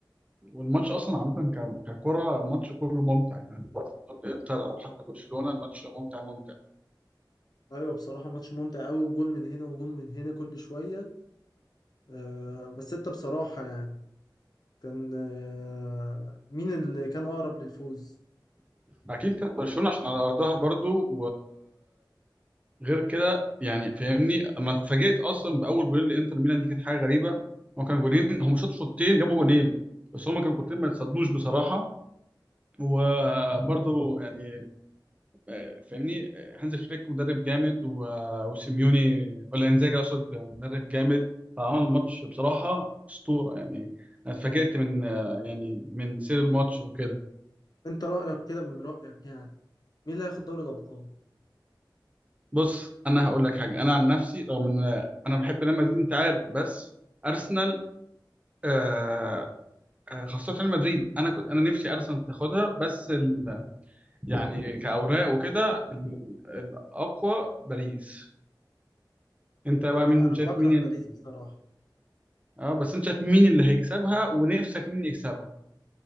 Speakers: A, on the right; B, on the left.
A: والماتش أصلا عامة ك- ككرة الماتش كله ممتع يعني ضد إنتر أو حتى برشلونة الماتش ممتع ممتع
B: ايوه بصراحه ماتش ممتع قوي وجون من هنا وجون من هنا كل شويه أه بس انت بصراحه يعني كان أه مين اللي كان اقرب للفوز
A: أكيد كانت برشلونة عشان على أرضها برضو غير كده يعني فاهمني اما اتفاجئت اصلا باول جولين لانتر ميلان دي كانت حاجه غريبه هما كانوا جولين هم شاطوا شوطين جابوا جولين بس هما كانوا كورتين ما يتصدوش بصراحه وبرضه يعني آه، فاهمني آه، هانز فليك مدرب جامد و- وسيميوني ولا انزاجي اقصد مدرب جامد فعمل الماتش بصراحه اسطوره يعني انا اتفاجئت من آه، يعني من سير الماتش وكده
B: انت رايك كده من رايك يعني مين اللي هياخد دوري الابطال
A: بص انا هقول لك حاجه انا عن نفسي رغم ان انا بحب ريال مدريد انت عارف بس ارسنال آه، آه، خاصة ريال مدريد أنا كنت أنا نفسي أرسنال تاخدها بس ال... يعني كأوراق وكده ال- الأقوى باريس أنت
B: ما
A: بقى
B: انا
A: مين
B: انا
A: شايف
B: بكره
A: مين
B: باريس
A: ال...
B: بصراحه
A: أه بس أنت شايف مين اللي هيكسبها ونفسك مين يكسبها